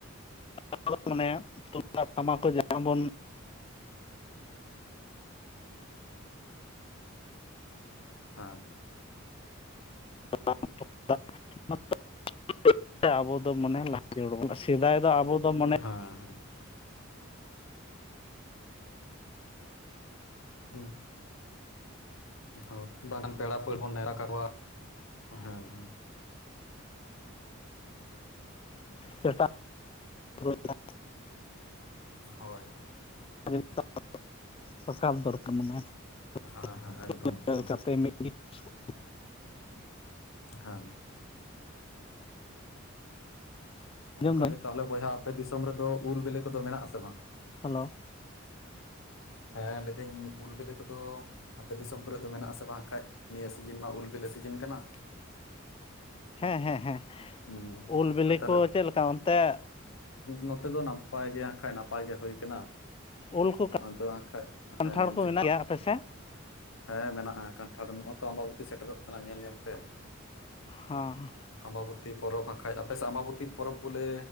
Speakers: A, on the left (about 25°); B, on the left (about 75°).
A: ᱱᱚᱣᱟ ᱫᱚ ᱢᱚᱱᱮ ᱛᱩᱢᱫᱟᱜ ᱴᱟᱢᱟᱠ ᱠᱚ ᱡᱟᱦᱟᱸ ᱵᱚᱱ
B: ᱦᱮᱸ
A: <unintelligible> <unintelligible> ᱟᱵᱚ ᱫᱚ ᱢᱚᱱᱮ ᱞᱟᱦᱟ ᱛᱷᱤᱭᱟᱹ ᱩᱰᱩᱜ ᱵᱚᱱᱟᱭ ᱥᱮᱫᱟᱭ ᱫᱚ ᱟᱵᱚ ᱫᱚ ᱢᱟᱱᱮ
B: ᱦᱟᱸ ᱦᱟᱸ ᱦᱩᱸ ᱦᱳᱭ ᱵᱟᱝᱜᱟᱱ ᱯᱮᱲᱟ ᱯᱟᱹᱲᱦᱟᱹ ᱵᱚ ᱱᱮᱲᱟ ᱠᱟᱠᱚᱣᱟ᱾ ᱦᱮᱸ ᱦᱮᱸ
A: ᱥᱮᱛᱟᱜ ᱦᱩᱭᱱᱟ,
B: ᱦᱳᱭ ᱦᱳᱭ,
A: <unintelligible> ᱨᱟᱠᱟᱟᱨ ᱫᱚᱨᱠᱟᱨ ᱢᱟᱱᱮ <unintelligible>
B: ᱦᱮᱸ ᱦᱮᱸ ᱮᱠᱫᱚᱢ ᱮᱠᱫᱚᱢ
A: ᱞᱮᱠᱟᱛᱮ ᱢᱤᱜ ᱱ <unintelligible>
B: ᱦᱮᱸ ᱚᱱᱠᱟ
A: ᱫᱟᱹᱧ
B: ᱜᱮ ᱛᱟᱦᱚᱞᱮ ᱵᱚᱭᱦᱟ ᱟᱯᱮ ᱫᱤᱥᱚᱢ ᱨᱮᱫᱚ ᱩᱞ ᱵᱤᱞᱤ ᱠᱚᱫᱚ ᱢᱮᱱᱟᱜ ᱟᱥᱮ ᱵᱟᱝ?
A: ᱦᱟᱞᱳ
B: ᱦᱮᱸ ᱞᱟᱹᱭᱫᱟᱹᱧ ᱩᱞ ᱵᱤᱞᱤ ᱠᱚᱫᱚ ᱟᱯᱮ ᱫᱤᱥᱚᱢ ᱠᱚᱨᱮ ᱫᱚ ᱢᱮᱱᱟᱜ ᱟᱥᱮ ᱵᱟᱝ ᱠᱷᱟᱡ? ᱱᱤᱭᱟᱹ ᱥᱤᱡᱤᱱ ᱢᱟ ᱩᱞ ᱵᱤᱞᱤ ᱥᱤᱡᱤᱱ ᱠᱟᱱᱟ᱾
A: ᱦᱮᱸ ᱦᱮᱸ ᱦᱮᱸ
B: ᱦᱩᱸ
A: ᱩᱞ ᱵᱤᱞᱤ
B: ᱟᱨ ᱛᱟᱦᱚᱞᱮ
A: ᱠᱚ ᱪᱮᱫ ᱞᱮᱠᱟ ᱚᱱᱛᱮ
B: ᱱᱚᱛᱮ ᱫᱚ ᱱᱟᱯᱟᱭ ᱜᱮ ᱦᱟᱜ ᱠᱷᱟᱡ ᱱᱟᱯᱟᱭ ᱜᱮ ᱦᱩᱭ ᱠᱟᱱᱟ᱾
A: ᱩᱞ ᱠᱚ
B: ᱟᱫᱚ ᱮᱱᱟ ᱠᱷᱟᱡ
A: ᱠᱟᱱᱴᱷᱟᱲ
B: ᱦᱮᱸ
A: ᱠᱚ ᱢᱮᱱᱟᱜ
B: <unintelligible>
A: ᱜᱮᱭᱟ ᱟᱯᱮ ᱥᱮᱫ
B: ᱦᱮᱸ ᱢᱮᱱᱟᱜᱼᱟ ᱠᱟᱱᱴᱷᱟᱲ ᱱᱚᱜᱼ ᱛᱚ ᱟᱢᱵᱟᱵᱤ ᱥᱮᱴᱮᱨᱚᱜ ᱠᱟᱱᱟ ᱧᱮᱞ ᱧᱮᱞ ᱛᱮ᱾
A: ᱦᱚᱸ
B: ᱟᱢᱵᱟᱵᱚᱛᱤ ᱯᱚᱨᱚᱵᱽ ᱵᱟᱠᱷᱟᱡ ᱟᱯᱮᱥᱮᱜ ᱟᱢᱵᱟᱵᱚᱛᱤ ᱯᱚᱨᱚᱵᱽ ᱵᱚᱞᱮ